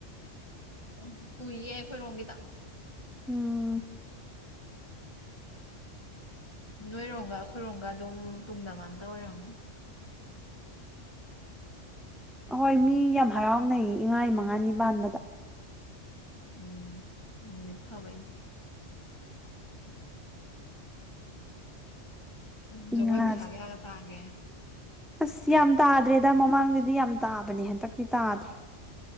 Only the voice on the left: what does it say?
ꯎꯝ ꯄꯨꯏꯌꯦ ꯑꯩꯈꯣꯏꯔꯣꯝꯒꯤꯗ
ꯅꯣꯏꯔꯣꯝꯒ ꯑꯩꯈꯣꯏꯔꯣꯝꯒ ꯑꯗꯨꯝ ꯇꯨꯡꯗ ꯃꯥꯡꯗ ꯑꯣꯏꯔꯝꯅꯦ ꯎꯝ
ꯎꯝ ꯅꯨꯃꯤꯠ ꯐꯕꯅꯦ ꯎꯝ ꯖꯒꯣꯏ
ꯄꯩꯁꯥ ꯀꯌꯥꯒ ꯇꯥꯒꯦ